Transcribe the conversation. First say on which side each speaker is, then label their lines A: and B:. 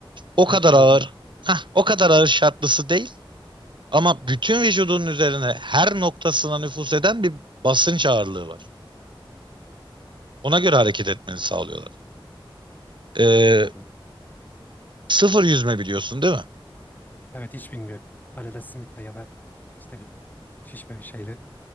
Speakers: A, on the right; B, on the left.
A: O kadar
B: Evet gördüm.
A: ağır. Hah, o kadar ağır şartlısı değil. Ama bütün vücudunun üzerine her noktasına nüfuz eden bir basınç ağırlığı var. Ona göre hareket etmeni sağlıyorlar. Ee,
B: Anladım.
A: Sıfır yüzme biliyorsun değil mi?
B: Evet hiç bilmiyorum. Arada simitle ya da işte bir şişme bir şeyle